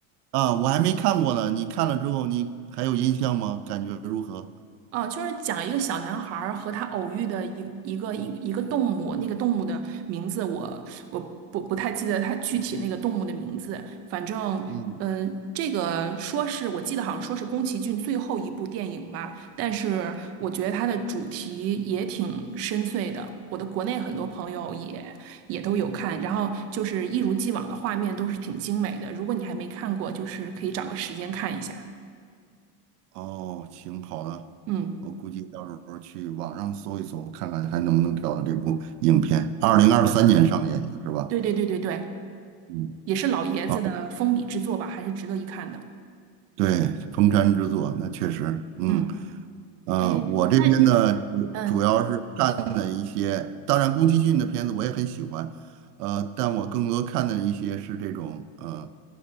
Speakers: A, on the right; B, on the right.
A: 啊，我还没看过呢。你看了之后，你还有印象吗？感觉如何？
B: 哦，就是讲一个小男孩儿和他偶遇的一一个一一个动物，那个动物的名字我我不不太记得它具体那个动物的名字，反正嗯、
A: 嗯，
B: 呃这个说是我记得好像说是宫崎骏最后一部电影吧，但是我觉得它的主题也挺深邃的，我的国内很多朋友也也都有看，然后就是一如既往的画面都是挺精美的，如果你还没看过，就是可以找个时间看一下。
A: 哦，行，好的，
B: 嗯，
A: 我估计到时候去网上搜一搜，看看还能不能找到这部影片。二零二三年上映的是吧？
B: 对对对对对。
A: 嗯，
B: 也是老爷子的封笔之作吧，
A: 啊，
B: 还是值得一看的。
A: 对，《封山之作》那确实，嗯。
B: 嗯，
A: 嗯，
B: 哎，
A: 我这边呢，
B: 那
A: 主主要是看的一些，
B: 嗯
A: 当然宫崎骏的片子我也很喜欢，呃，但我更多看的一些是这种，呃，